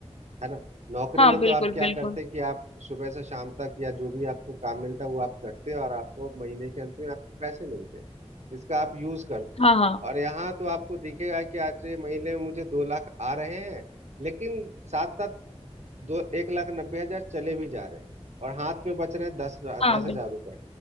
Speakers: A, on the right; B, on the left.
A: है ना नौकरी
B: हाँ
A: में तो
B: बिल्कुल
A: आप क्या
B: बिल्कुल
A: करते कि आप सुबह से शाम तक या जो भी आपको काम मिलता वो आप करते और आपको महीने के अंत में आपको पैसे मिलते जिसका आप यूज करते
B: हाँ हाँ
A: और यहाँ तो आपको दिखेगा कि आज ये महीने में मुझे दो लाख आ रहे हैं लेकिन साथ साथ दो एक लाख नब्बे हजार चले भी जा रहे हैं और हाथ में बच रहे हैं दस दस
B: हाँ
A: हजार
B: बिल्कुल
A: रुपए